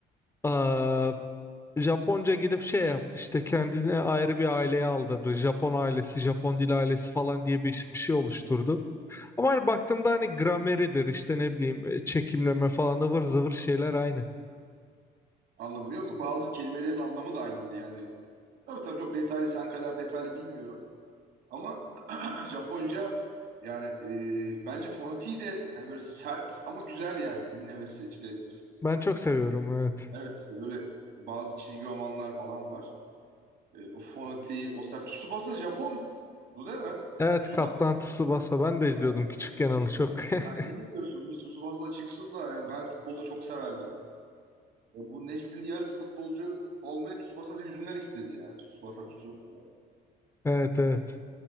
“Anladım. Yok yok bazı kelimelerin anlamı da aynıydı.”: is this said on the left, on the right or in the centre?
Right